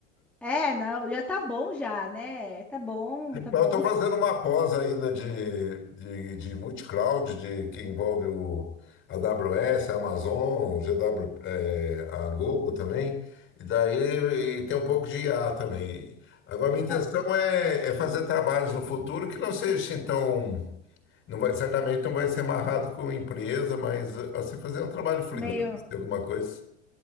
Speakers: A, in the centre; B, on the left (about 30°).
A: É, não, já tá bom já, né? Tá bom, tá
B: Mas
A: bom.
B: eu estou
A: <laughs>
B: fazendo uma pós ainda de, de, de multicloud, de, que envolve o a AWS, a Amazon, o GW, eh, a Google também. E daí e tem um pouco de IA também. Agora, minha intenção
A: É
B: é, é fazer trabalhos no futuro que não seja então. Não vai, certamente não vai ser amarrado com empresa, mas assim, fazer um trabalho freelance,
A: meio.
B: alguma coisa.